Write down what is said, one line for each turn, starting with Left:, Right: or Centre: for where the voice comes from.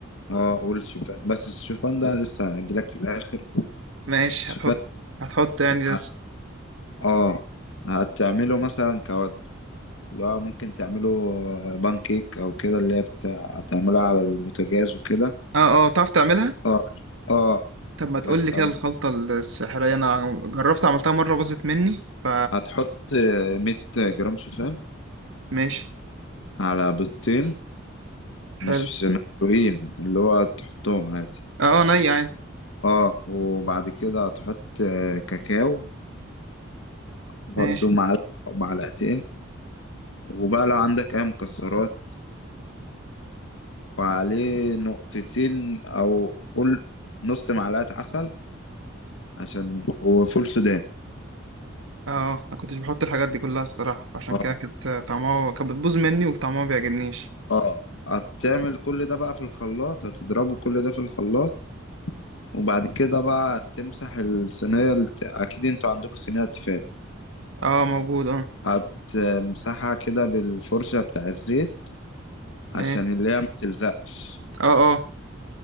Left: اه والشوفان بس الشوفان ده لسه هجيلك في الاخر
Right: ماشي
Left: الشوفان
Right: هتحط هتحط يعني
Left: ه-
Right: لسه
Left: اه هتعمله مثلا كوجبة اللي هو ممكن تعمله بان كيك او كده اللي هي بت... هتعملها على البوتاجاز وكده
Right: اه اه بتعرف تعملها
Left: اه اه
Right: طب ما تقول
Left: بس
Right: لي كده
Left: هت-
Right: الخلطة السحرية انا جربت عملتها مرة باظت مني ف
Left: هتحط 100 جرام شوفان
Right: ماشي
Left: على بيضتين مش
Right: حلو
Left: مسلوقين اللي هو تحطهم عادي
Right: اه اه ني عادي
Left: اه وبعد كده هتحط آه، كاكاو برضو
Right: ماشي
Left: معلقة أو معلقتين وبقى لو عندك أي مكسرات وعليه نقطتين أو قول نص معلقة عسل عشان وفول سوداني
Right: اه اه، انا كنتش بحط الحاجات دي كلها الصراحة فعشان
Left: اه
Right: كده كانت طعمها كانت بتبوظ مني وطعمها ما بيعجبنيش
Left: اه هتعمل كل ده بقى في الخلاط هتضربه كل ده في الخلاط وبعد كده بقى تمسح الصينية الت... أكيد انتوا عندكم صينية تيفال
Right: اه موجود اه
Left: هتمسحها كده بالفرشة بتاع الزيت عشان
Right: ماشي
Left: اللي هي ما تلزقش
Right: اه اه